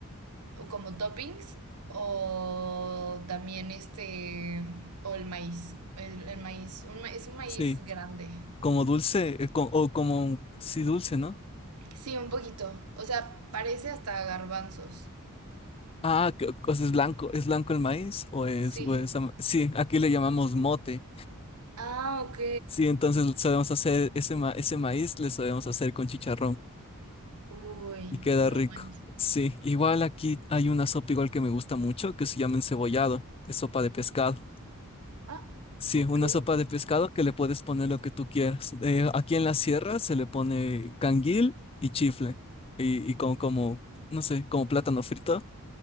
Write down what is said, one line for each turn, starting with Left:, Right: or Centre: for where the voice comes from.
Right: o como toppings o también este, o el maíz, el, el maíz, un ma- es un maíz
Left: Sí.
Right: grande.
Left: Como dulce, eh, co- o como, sí, dulce, ¿no?
Right: Sí, un poquito, o sea, parece hasta garbanzos.
Left: Ah, que- pues es blanco, ¿es blanco el maíz? ¿O es,
Right: Sí.
Left: o es ama- Sí, aquí le llamamos mote.
Right: Ah, ok.
Left: Sí, entonces sabemos hacer ese, ma- ese maíz, le sabemos hacer con chicharrón
Right: Uy,
Left: y queda
Right: no
Left: rico.
Right: manches.
Left: Sí, igual aquí hay una sopa igual que me gusta mucho que se llama encebollado, es sopa de pescado.
Right: Ah,
Left: Sí,
Right: ok.
Left: una sopa de pescado que le puedes poner lo que tú quieras. Eh, aquí en la sierra se le pone canguil y chifle y, y como, como, no sé, como plátano frito.